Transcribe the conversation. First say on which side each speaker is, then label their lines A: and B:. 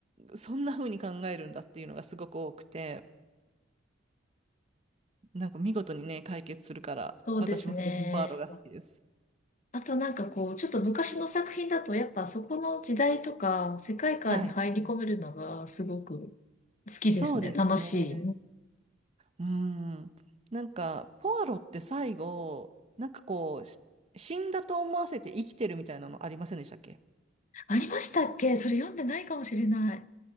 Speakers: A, on the right; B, on the left.
A: そんな風に考えるんだっていうのがすごく多くて、なんか見事にね、解決するから、
B: そうですね。
A: 私もポアロが好きです。
B: あとなんかこう、ちょっと昔の作品だと、やっぱそこの時代とか世界観に入り込めるのがすごく
A: はい。
B: 好きですね。
A: そうですね。
B: 楽しい。
A: うーん。なんか、ポアロって最後、なんかこう、し死んだと思わせて生きてるみたいなのありませんでしたっけ
B: ありましたっけそれ読んでないかもしれない。